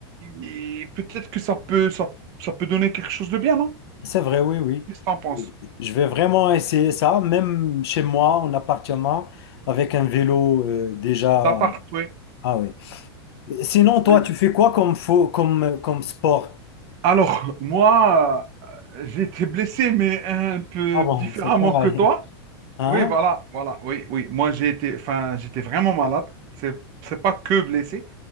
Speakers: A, on the right (about 25°); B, on the left (about 70°).
A: Et peut-être que ça peut, ça, ça peut donner quelque chose de bien, non?
B: C'est vrai, oui, oui.
A: Qu'est-ce que t'en penses?
B: Je vais vraiment essayer ça, même chez moi, en appartement, avec un vélo euh, déjà.
A: D'appart, oui.
B: Ah oui. Sinon, toi,
A: Ouais.
B: tu fais quoi comme, faux, comme, comme sport?
A: Alors, moi, euh, j'ai été blessé, mais un peu
B: Ah bon,
A: différemment
B: c'est pareil.
A: que toi.
B: Hein?
A: Oui, voilà, voilà, oui, oui. Moi, j'ai été, enfin, j'étais vraiment malade. C'est, c'est pas que blessé.